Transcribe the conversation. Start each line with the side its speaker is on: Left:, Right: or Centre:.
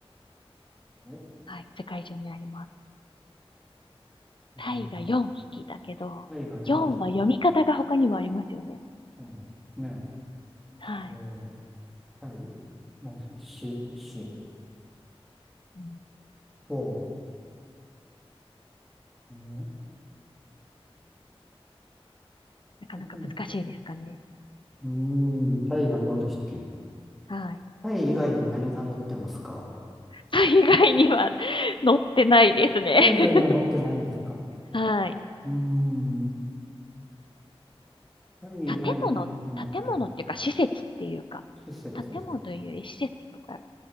Centre: え
Left: はい。世界中にあります。
Centre: うん。
Left: タイが4匹だけど、
Centre: タイが4匹。
Left: 4は読み方が他にもありますよね。
Centre: そうですね。
Left: はい。
Centre: えー、タイ、何でしょう。し、し、4、
Left: うん、
Centre: 5、うん
Left: なかなか難しいですかね。
Centre: うんうん、タイが4匹。
Left: はい。
Centre: タイ以外に何が乗ってますか
Left: <laughs> タイ以外には載ってないですね。
Centre: タイ以外には乗ってないんですか
Left: <laughs> はい。
Centre: うーん。タイ以外のってなくて、
Left: 建物、建物っていうか、施設っていうか、
Centre: 施設、
Left: 建物というより施設とか
Centre: 施